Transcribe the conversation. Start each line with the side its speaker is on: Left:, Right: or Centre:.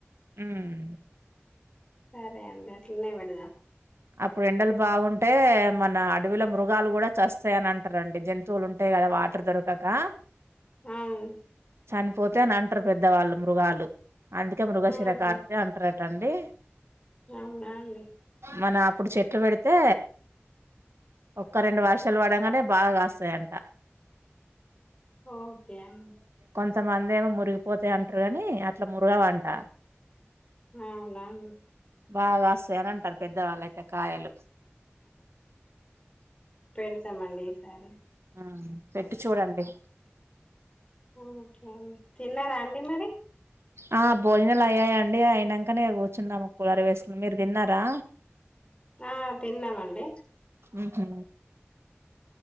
Right: ఉమ్
Left: సరే అండి అట్లనే పెడదా
Right: అప్పుడు ఎండలు బాగుంటే మన అడవులో మృగాలు కూడా చస్తాయ్ అని అంటారండి జంతువులు ఉంటే కదా వాటర్ దొరకకా
Left: ఆవ్
Right: చనిపోతే అని అంటారు, పెద్దవాళ్ళు మృగాలు అందుకే మృగశిర
Left: ఆహా
Right: కార్తీ అని అంటారట అండి
Left: అవునా అండి
Right: మన అప్పుడు చెట్లు పెడితే ఒక్క రెండు వర్షాలు పడగానే బాగా కాస్తాయంట
Left: ఓకే అండి
Right: కొంతమంది ఏమో మురిగిపోతాయ్ అంటారు కాని అట్లా మురుగవంట
Left: అవునా అండి
Right: బాగా కాస్తాయని అంటారు పెద్దవాళ్ళు అయితే కాయలు
Left: పెడతామండి ఈ సారి
Right: ఉమ్ పెట్టి చూడండి
Left: ఓకే అండి తిన్నారా అండి మరి?
Right: ఆ భోజనాలు అయ్యాయండి. అయినాంకనే కూర్చున్నాము కూలర్ వేసుకొ మీరు తిన్నారా?
Left: ఆ తిన్నామండి.
Right: ఊహు